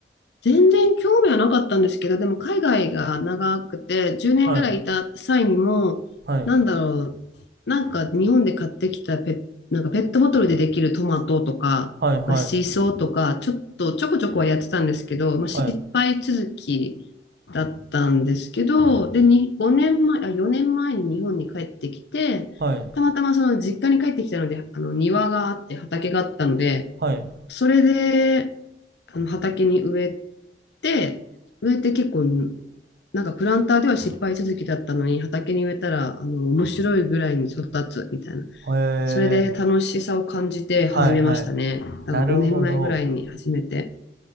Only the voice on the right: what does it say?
はい、はい、
はい、はい、
はい、
はい、
はい。
へえ、
はい、はい。
なるほど。